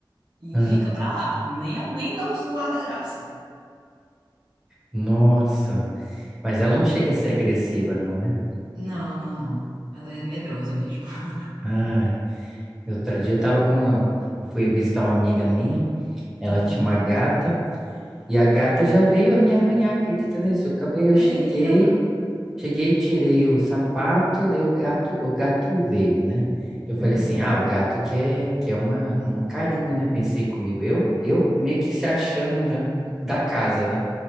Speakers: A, on the right; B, in the centre.
A: e
B: ah,
A: fica pra lá. Nem, a- nem dá o guarda-graça.
B: Nossa. Mas ela não chega a ser agressiva, não, né?
A: Não, não, não. Ela é medrosa mesmo. <laughs>
B: Ai. Outro dia eu tava com uma... Eu fui visitar uma amiga minha. Ela
A: Uhum.
B: tinha uma gata. E a gata já veio me arranhar, acredita nisso? Eu acabei, eu
A: Eita!
B: cheguei. Cheguei, tirei o sapato, daí o gato, o gato veio, né? Eu falei
A: Uhum.
B: assim, ah, o gato quer, quer uma, um carinho, né? Pensei comigo, eu, eu meio que se achando já da casa, né?